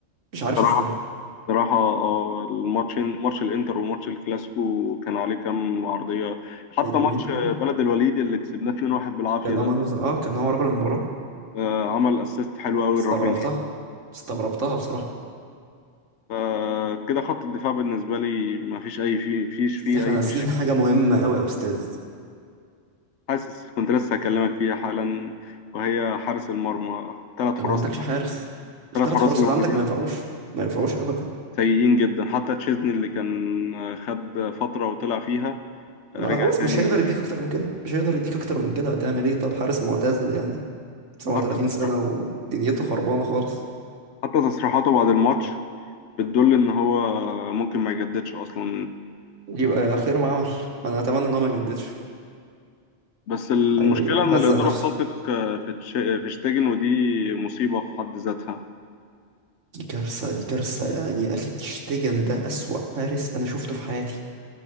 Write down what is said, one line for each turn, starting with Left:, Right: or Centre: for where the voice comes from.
Right: مش عارف
Left: بصراحة
Right: ازاي
Left: بصراحة آه، الماتشين ماتش الإنتر وماتش الكلاسيكو كان عليه كام عرضية حتى
Right: حلوين
Left: ماتش
Right: يعني
Left: بلد الوليد اللي كسبناه 2-1 بالعافية
Right: كان
Left: ده
Right: هو مان أوف ذا- اه كان هو رجل المباراة
Left: آه، عمل اسيست حلو قوي
Right: استغربتها
Left: لرافينيا
Right: استغربتها بصراحة
Left: فكده خط الدفاع بالنسبة لي ما فيش أي في فيش فيه
Right: بس احنا
Left: أي
Right: ناسيين
Left: مشاكل
Right: حاجة مهمة قوي يا أستاذ
Left: حاسس كنت لسه هكلمك فيها حالا وهي حارس المرمى ثلاث
Right: انت
Left: حراس
Right: ما عندكش حارس التلات
Left: ثلاث حراس
Right: حراس
Left: اللي
Right: اللي
Left: موجودين
Right: عندك ما ينفعوش ما ينفعوش أبدا
Left: سيئين جدا حتى تشيزني اللي كان خد فترة وطلع فيها
Right: ما
Left: رجع
Right: خلاص
Left: تاني
Right: مش هيقدر يديك أكتر من كده مش هيقدر يديك أكتر من كده هتعمل ايه طب حارس معتزل يعني 37
Left: حتى تصريح
Right: سنة ودنيته خربانة خالص
Left: حتى تصريحاته بعد الماتش بتدل إن هو ممكن ما يجددش أصلا
Right: يبقى خير ما عمل انا اتمنى ان هو ما يجددش
Left: بس المشكلة
Right: هيهزق
Left: إن الإدارة
Right: نفسه
Left: بتثق في تش- في شتيجن ودي مصيبة في حد ذاتها
Right: دي كارثه دي كارثه يعني يا اخي تشتيجن ده اسوأ حارس انا شفته في حياتي